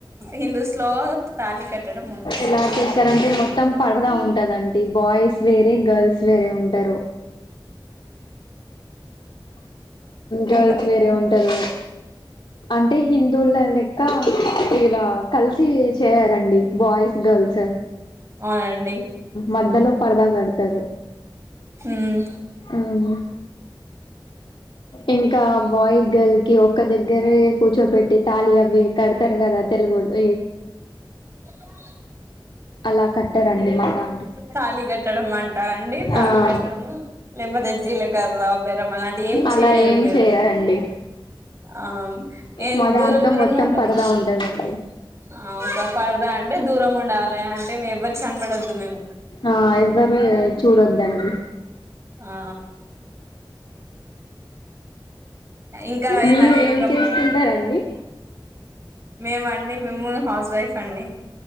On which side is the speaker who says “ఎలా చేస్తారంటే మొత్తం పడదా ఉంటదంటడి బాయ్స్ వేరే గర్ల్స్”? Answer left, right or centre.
Left